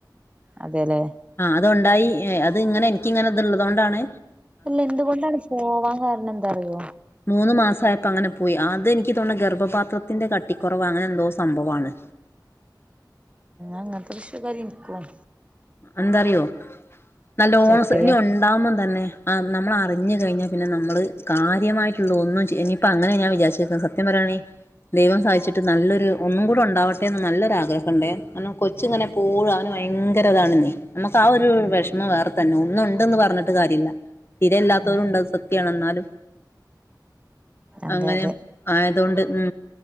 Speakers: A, on the right; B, on the left.
A: അതെല്ലേ
B: ആഹ അത്ണ്ടായി എ അത് ഇങ്ങനെ എനിക്കിങ്ങനെ ത് ള്ളത് ഒണ്ടാണ്
A: അല്ല എന്തുകൊണ്ടാണ് പോവാ കാരണം എന്താറിയോ?
B: മൂന്ന് മാസായപ്പോ അങ്ങനെ പോയി അത് എനിക്ക് തോന്നണ് ഗർഭപാത്രത്തിന്റെ കട്ടിക്കുറവ് അങ്ങനെ എന്തോ സംഭവാണ്.
A: അങ്ങൻത്ത പ്രശ്നകാരി ഇൻക്കും
B: എന്താറിയോ നല്ലോണം
A: ചക്കയാ
B: സ്സ് ഇനി ഒണ്ടാവുമ്പം തന്നെ ആഹ് നമ്മൾ അറിഞ്ഞ് കഴിഞ്ഞ പിന്നെ നമ്മൾ കാര്യമായിട്ടുള്ള ഒന്നും ചെയ് ഇനിയിപ്പം അങ്ങനാ ഞാൻ വിചാരിചേക്കുന്നേ സത്യം പറയാണേ ദൈവം സഹായിച്ചിട്ട് നല്ലൊരു ഒന്നും കൂടെ ഒണ്ടാവട്ടെ എന്ന് നല്ലൊരു ആഗ്രഹണ്ടേ ആണോ കൊച്ച് ഇങ്ങനെ എപ്പോഴും അവനു ഭയങ്കര ഇതാണേന്നേ നമുക്ക് ആ ഒരു
A: ഉം
B: വിഷമം വേറെ തന്നെ ഒന്ന് ഉണ്ട് എന്ന് പറഞ്ഞിട്ട് കാര്യല്ല തീരെ ഇല്ലാത്തവരും
A: ഉം
B: ഉണ്ട് അത് സത്യമാണ് എന്നാലും
A: അതെ
B: അങ്ങനെ
A: അതെ
B: ആയതൊണ്ട് ഉം